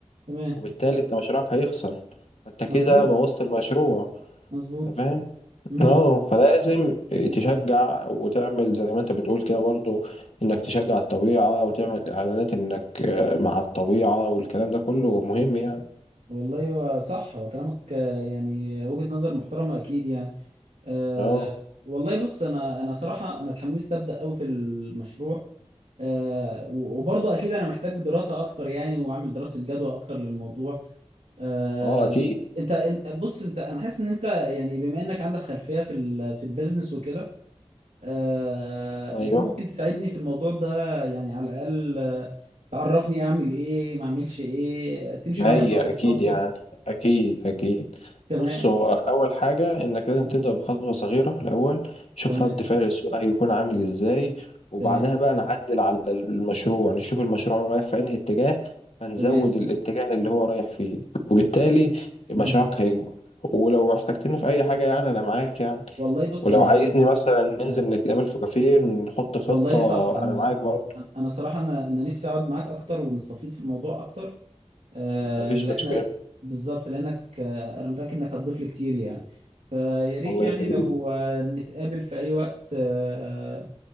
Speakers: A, on the right; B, on the left.
A: تمام
B: وبالتالي انت مشروعك هيخسر فانت كده
A: مظبوط
B: بوظت المشروع
A: مظبوط
B: انت فاهم
A: مم.
B: اه فلازم تشجع وتعمل زي ما انت بتقول كده برضو انك تشجع الطبيعة وتعمل اعلانات انك آه، مع الطبيعة والكلام ده كله مهم يعني
A: والله هو صح هو كلامك آه، يعني وجهة نظر محترمة اكيد يعني أه
B: اه
A: والله بص انا انا صراحة انا اتحمست ابدا قوي في المشروع أه و- وبرضه اكيد انا محتاج دراسة اكتر يعني واعمل دراسة جدوى اكتر للموضوع أه
B: اه اكيد
A: انت أنت- بص انت انا حاسس ان انت يعني بما انك عندك خلفية في ال- في البيزنس وكده آه،
B: ايوه
A: انت ممكن تساعدني في الموضوع ده يعني على الاقل آه، تعرفني اعمل ايه ما اعملش ايه تمشي
B: هي
A: معايا خطوه
B: أكيد
A: بخطوه
B: يعني أكيد أكيد
A: تمام
B: بص هو أول حاجة إنك لازم
A: مم.
B: تبدأ بخطوة صغيرة الأول شوف
A: تمام
B: رد فعل السوق هيكون عامل إزاي وبعدها
A: تمام
B: بقى نعدل على المشروع نشوف المشروع رايح في أنهي اتجاه فنزود
A: تمام
B: الاتجاه اللي هو رايح فيه وبالتالي مشروعك
A: مم.
B: هيكبر ولو احتجتني في أي حاجة يعني أنا معاك يعني
A: والله بص
B: ولو
A: انا
B: عايزني
A: انا
B: مثلا ننزل
A: أنا-
B: نتقابل في كافيه نحط خطة
A: والله صح انا
B: أنا معاك برضه
A: انا صراحه انا انا نفسي اقعد معاك اكتر ونستفيد في الموضوع اكتر آه،
B: مفيش
A: لانك
B: مشكلة
A: بالظبط لانك آه، انا متاكد انك هتضيف لي كتير يعني فيا ريت
B: الله
A: يعني
B: يخليك
A: لو آه، نتقابل في اي وقت آه،